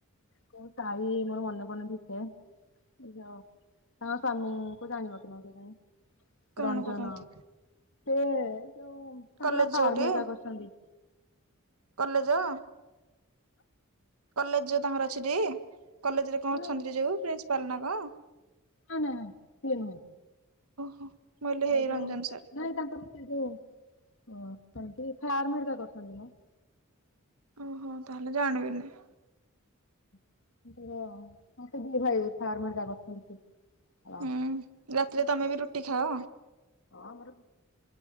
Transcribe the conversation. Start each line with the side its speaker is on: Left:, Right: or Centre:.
Left: କୋଉ ସାହି ମୋର ମନେ ପଡୁନି ଠିକ୍ ସେ, <unintelligible> ତାଙ୍କ ସ୍ଵାମୀ କୁ ଜାଣିବ କି ନାଇ କେଜାଣି
Right: କଣ
Left: ରଞ୍ଜନ।
Right: କରନ୍ତି
Left: ସେ ଯୋଉ ତାଙ୍କର
Right: କଲେଜ
Left: ଫାର୍ମ
Right: ଯୋଉଠି
Left: ହେରିକା କରିଚନ୍ତି।
Right: କଲେଜ? କଲେଜ ଯୋଉ ତାଙ୍କର ଅଛି ଟି? କଲେଜରେ
Left: ମାନେ
Right: କଣ ଅଛନ୍ତି ଯୋଉ ପ୍ରିନ୍ସିପାଲ ନା କଁ?
Left: ନା ନା ସିଏ ନୁହେଁ
Right: ଓହୋ ମୁଁ କହିଲି ହେଇ
Left: ଏଇ ଯୋଉ
Right: ରଞ୍ଜନ ସାର୍।
Left: ନାଇଁ ତାଙ୍କର ସେ ଯୋଉ ଅ ସେମିତି ଫାର୍ମ ହେରିକା କରିଚନ୍ତି ମ।
Right: ଓହୋ ତାହେଲେ ଜାଣିବିନି।
Left: <unintelligible> ଦି ଭାଇ ଫାର୍ମ ହେରିକା କରିଚନ୍ତି ସେ। <unintelligible>
Right: ହୁଁ ରାତିରେ ତମେ ବି ରୁଟି ଖାଅ?
Left: ହଁ ଆମର